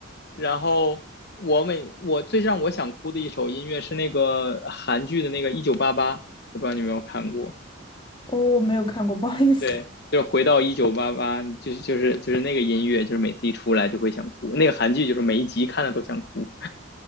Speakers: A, on the left; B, on the left.
A: 然后我每我最让我想哭的一首音乐是那个韩剧的那个《一九八八》，我不知道你有没有看过。
B: 哦，我没有看过，不好意思。
A: 对，就是回到一九八八，就是就是就是那个音乐，就是每次一出来就会想哭。那个韩剧就是每一集看了都想哭。